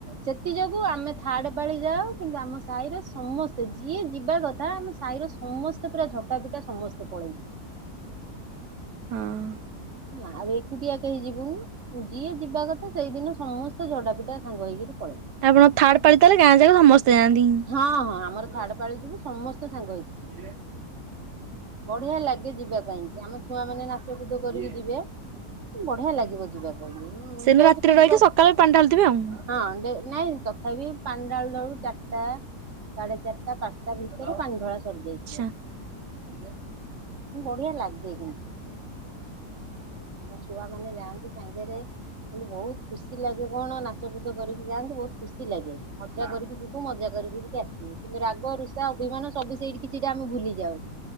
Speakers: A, on the right; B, on the right.
A: ସେ ତି ଯୋଗୁ ଆମେ ଥାର୍ଡ଼ ପାଳି ଯାାଉ କିନ୍ତୁ ଆମ ସାହିର ସମସ୍ତେ ଯିଏ ଯିବା କଥା ଆମ ସାହିର ସମସ୍ତେ ପୁରା ଝଟା ପିଟା ସମସ୍ତେ ପଳେଇବୁ।
B: ହଁ।
A: ହେଲା ଆଉ ଏକୁଟିଆ କେହି ଯିବୁନୁ ଯିଏ ଯିବା କଥା ସେଇଦିନ ସମସ୍ତେ ଝଡ଼ା ଯୋଟା ସାଙ୍ଗ ହେଇକିରି ପଳେଇ।
B: ଆପଣ ଥାଡ ପାଳି ତାହେଲେ ଗାଁ ଯାକ ସମସ୍ତେ ଯାନ୍ତି।
A: ହଁ ହଁ ଆମର ଥାଡ ପାଳି ଯିବୁ ସମସ୍ତେ ସାଙ୍ଗ ହେଇକି ଯିବ। ବଢିଆ ଲାଗେ ଯିବା ପାଇଁ କି ଆମ ଛୁଆ ମାନେ ନାଚ କୁଦ କରିକି ଯିବେ। ବଢିଆ ଲାଗିବ ଯିବା ପାଇଁ।
B: ସେନୁ
A: ଡେକ୍
B: ରାତିରେ
A: ଫେକ୍
B: ରହିକି
A: ବା
B: ସକାଳେ ପାଣି ଢାଳିଥିବେ ଆଉ।
A: ହଁ ନାଇଁ ତଥାପି ପାଣି ଡାଳୁଡଳୁ <unintelligible> ଟା ସାଢେ ଚାରିଟା ପାଞ୍ଚଟା ଭିତରେ ପାଣି ଧଳା ସରିଯାଇଥିବ।
B: ଆଚ୍ଛା
A: ବଢିଆ ଲାଗେ। ଆମ ଛୁଆ ମାନେ ଯାଆନ୍ତି ସାଙ୍ଗେରେ କିନ୍ତୁ ବହୁତ ଖୁସି ଲାଗେ କଣ ନାଚ କୁଦ କରିକି ଯାଆନ୍ତୁ ବହୁତ ଖୁସି ଲାଗେ ମଜା କରିକି ଯିବୁ। ସବୁ ମଜା କରିକିକି ଆସିବୁ କିନ୍ତୁ ରାଗ ରୁଷା ଅଭିମାନ ସବୁ ସେଇଠି କି ସେଇଟା ଆମେ ଭୁଲିଯାଉ।